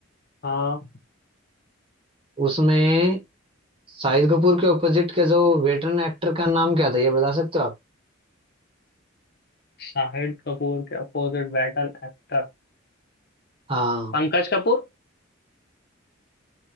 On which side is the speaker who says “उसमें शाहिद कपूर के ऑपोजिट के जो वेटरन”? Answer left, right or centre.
Right